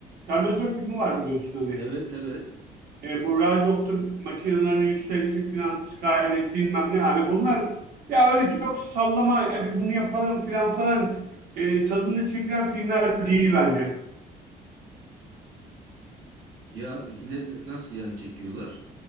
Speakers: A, on the right (about 60°); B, on the right (about 85°).
A: Terminator filmi var biliyorsun hani.
B: evet evet.
A: E, bu Rise makinelerin yükselişi falan Skynet bilmem ne. Hani bunlar ya öyle çok sallama hadi bunu yapalım falan falan e, tadında çekilen filmler değil bence.
B: Ya peki ne, nasıl yani çekiyorlar?